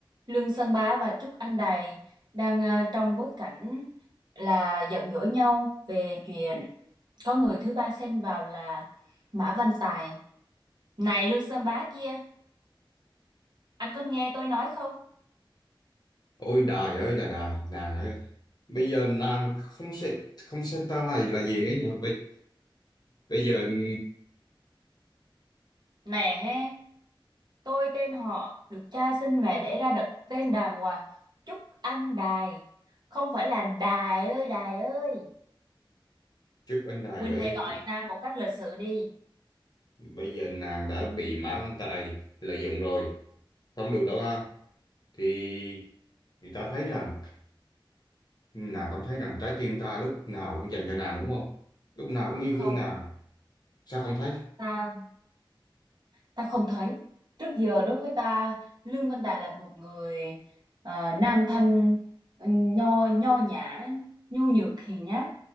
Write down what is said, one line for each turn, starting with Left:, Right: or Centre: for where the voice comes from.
Right: Lương Sơn Bá và Trúc Anh Đài đang ờ, trong bối cảnh là giận dỗi nhau về chuyện có người thứ ba xen vào là Mã Văn Tài. Này Lương Sơn Bá kia, anh có nghe tôi nói không?
Left: Ôi đài ơi là đài, đài ơi. Bây giờ nàng không sẽ không xem ta này là gì hết nhỉ? Bây, bây giờ ừm,
Right: Nè he, tôi tên họ được cha sinh mẹ đẻ ra đặt tên đàng hoàng Trúc Anh Đài. Không phải là Đài ơi Đài ơi.
Left: chúc anh đài
Right: Huynh
Left: ơi,
Right: hãy gọi
Left: thì
Right: ta một cách lịch sự đi.
Left: bây giờ nàng đã bị Mã Văn Tài lợi dụng rồi, không được đâu ha. Thì thì ta thấy rằng nàng không thấy rằng trái tim ta lúc nào cũng dành cho nàng đúng không? Lúc nào cũng yêu
Right: Không,
Left: thương nàng. Sao không thấy?
Right: ta ta không thấy trước giờ đối với ta Lương Văn Đạt là một người ờ, nam thanh ờ, nho nho nhã nhu nhược hiền nhát